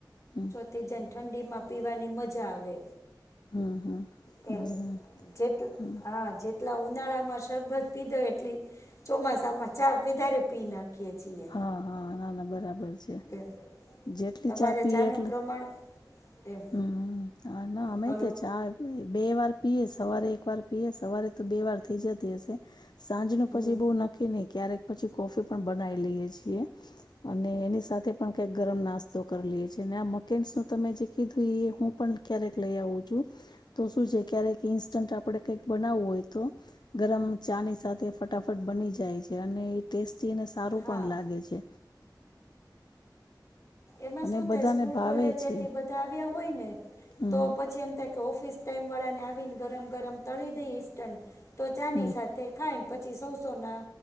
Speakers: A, on the left (about 65°); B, on the left (about 45°).
A: હમ.
B: તે જેને ઠંડીમાં પીવાની મજા આવે.
A: હમ હમ
B: એમ
A: હમ હમ
B: જેટ
A: હમ
B: હા જેટલા ઉનાળામાં શરબત પીધો એટલી. ચોમાસામાં ચા વધારે પી નાખીએ છીએ.
A: હા હા નાના બરાબર છે
B: એમ
A: જેટલી
B: તમારે
A: ચા પીએ
B: ચાનું
A: એટલું.
B: પ્રમાણ એમ
A: હમ હ ના અમે
B: હલો
A: તે ચા. બે વાર પીએ સવારે એક વાર પીએ સવારે તો બે વાર થઇ જતી હશે. સાંજ ન
B: હમ
A: પછી બહુ નક્કી નહી ક્યારેક પછી કોફી પણ બનાવી લઈએ છીએ. અને એની સાથે પણ કઈક ગરમ નાસ્તો કરી લએ છે અને આ મકેન્સ નું તમે જે કીધું એ હું પણ ક્યારેક લઈ આવું છુ તો શું છે ક્યારેક ઈન્સ્ટન્ટ આપડે કઈક બનાવવું હોય તો. ગરમ ચા ની સાથે ફટાફટ બની જાય છે અને એ ટેસ્ટી અને સાર
B: હા
A: પણ લાગે છે.
B: એમાં
A: અને
B: શું
A: બધાને
B: થાય સ્કૂલ
A: ભાવે
B: કોલેજથી
A: છે
B: બધા આવ્યા હોય ને
A: હમ
B: તો પછી એમ થાય તો ઓફિસ ટાઈમવાળાને આવીને ગરમ ગરમ તળી દઈ ઇસ્ટન તો ચાની
A: હમ
B: સાથે ખાય. પછી સૌ સો ના